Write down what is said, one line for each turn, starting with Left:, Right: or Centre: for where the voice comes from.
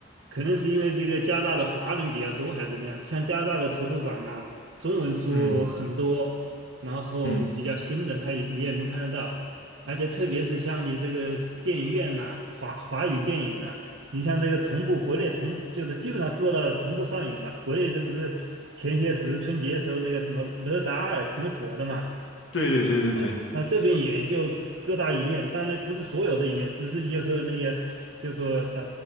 Right: 可能是因为这个加拿大的华人比较多，还是怎么样？像加拿大的图书馆呐、中文书很多，
Left: 嗯
Right: 然后比较新的，
Left: 嗯，
Right: 它也你也能看得到。而且特别是像你这个电影院呐、华华语电影呐、你像这个同步国内同，就是基本上做到同步上映嘛。国内这不是前些时春节的时候那个什么《哪吒二》挺火的嘛，
Left: 对对对对对，
Right: 啊，那这边也就各大影院，当然不是所有的影院，只是就是说那些，就是说呃